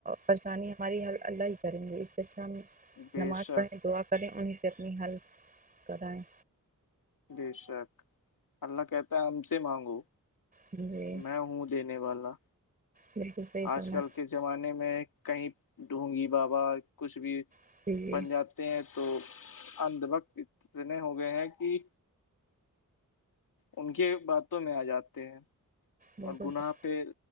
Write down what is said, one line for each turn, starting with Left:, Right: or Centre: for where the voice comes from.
Right: پریشانی ہماری ہر اللہ ہی کریں گے اس سےر ہم
Left: بے
Right: نماز
Left: شک
Right: پڑھیں د کریں انہیں سے اپنی ہیلپ کرائیں
Left: بے شک اللہ کہتا ہے ہم سے مانگو
Right: جی
Left: میں ہوں دینے والا
Right: بالکل صحیح فرما
Left: آج کل کے زمانے میں کہیں ڈونگی بابا کچھ بھی
Right: جی جی
Left: بن جات ہیں تو اندھ وقت اتنے ہو گئے ہیں کہ ان کے باتوں میں آ جاتے ہیں
Right: بالکل
Left: اور گناہ
Right: صحیح
Left: پہ